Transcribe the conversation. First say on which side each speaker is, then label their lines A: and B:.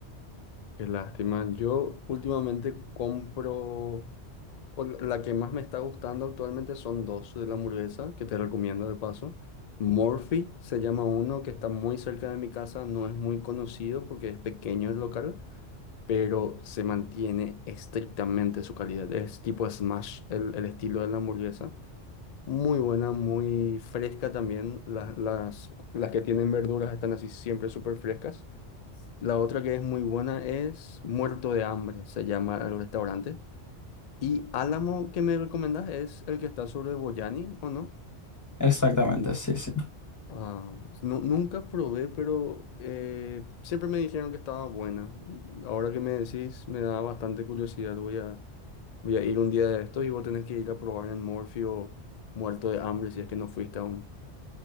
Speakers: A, on the left; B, on the left.
A: Qué lástima. Yo últimamente compro... O la la que más me está gustando actualmente son dos de la hamburguesa, que te recomiendo de paso. Morphy se llama uno que está muy cerca de mi casa, no es muy conocido porque es pequeño el local, pero se mantiene estrictamente su calidad. Es tipo smash el, el estilo de la hamburguesa. Muy buena, muy fresca también. Las, las, las que tienen verduras están así siempre súper frescas. La otra que es muy buena es Muerto de Hambre, se llama el restaurante. Y Álamo que me recomendás es el que está sobre Boyani, ¿o no?
B: Exactamente, sí, sí.
A: Ah, nu- nunca probé, pero eh, siempre me dijeron que estaba buena. Ahora que me decís, me da bastante curiosidad. Voy a, voy a ir un día de estos y vos tenés que ir a probar en Morfeo muerto de hambre si es que no fuiste aún.